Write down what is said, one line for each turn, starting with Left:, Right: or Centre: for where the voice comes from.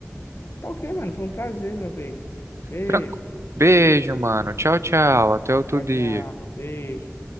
Left: Tá ok, mano. Foi um prazer, meu bem. Beijo.
Right: Tranquilo. Beijo, mano. Tchau, tchau. Até outro
Left: Tchau,
Right: dia.
Left: tchau. Beijo.